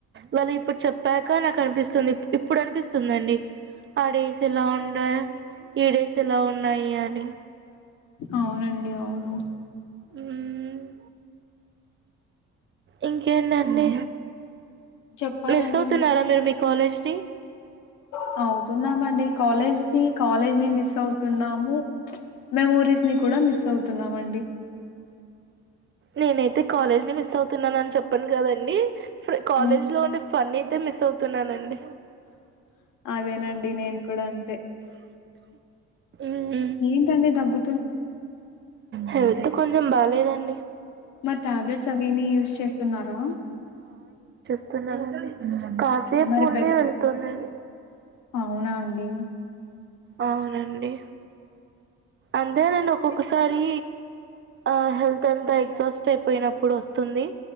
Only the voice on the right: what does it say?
వాళ్ళు ఇప్పుడు చెప్పాక నాకు కనిపిస్తుంది ఇప్పుడు అనిపిస్తుందండి ఆ డేస్ ఎలా ఉన్నాయి ఈడేస్ ఎలా ఉన్నాయి అని
హ్మ్. ఇంకేంటండి
మిస్ అవుతున్నారా మీరు మీ కాలేజ్ ని
నేనైతే కాలేజ్ ని మిస్ అవుతున్నాన అని చెప్పను కదండి కాలేజ్
లో ఉండే ఫని అయితే మిస్ అవుతున్నానండి
మ్మ్.
హెల్త్ కొంచెం బాలేదండి
డి కాసేపుని
వెళ్తుందిండి
అవునండి అంతేనండి అంటే నేను ఒక్కొక్కసారి ఆ హెల్త్ అంతా ఎగ్జాస్ట్ అయిపోయినప్పుడు వస్తుంది